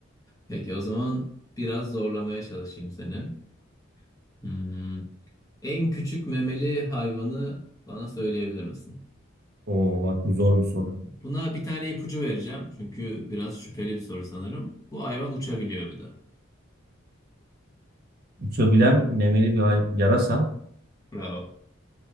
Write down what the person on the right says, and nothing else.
Oo bak bu zor bir soru.
Uçabilen memeli bir hay- yarasa.